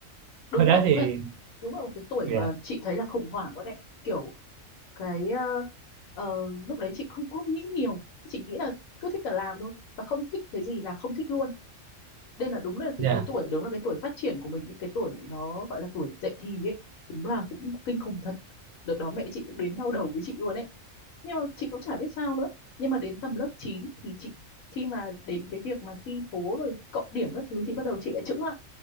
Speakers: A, on the left (about 85°); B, on the right (about 85°).
A: đúng
B: hồi đó
A: là đúng
B: thì
A: là đúng là một cái tuổi
B: dạ
A: mà chị thấy là khủng hoảng quá đấy kiểu cái ờ, ờ, lúc đấy chị không không nghĩ nhiều chị nghĩ là cứ thích là làm thôi và không thích cái gì là không thích luôn đây là đúng là cái
B: dạ
A: cái tuổi đúng là cái tuổi phát triển của mình những cái tuổi nó gọi là tuổi dậy thì ấy đúng là cũng kinh khủng thật đợt đó mẹ chị cũng đến đau đầu với chị luôn ấy nhưng mà chị cũng chả biết sao nữa nhưng mà đến tầm lớp 9 thì chị khi mà đến cái việc mà thi thố rồi cộng điểm các thứ thì bắt đầu chị lại chững lại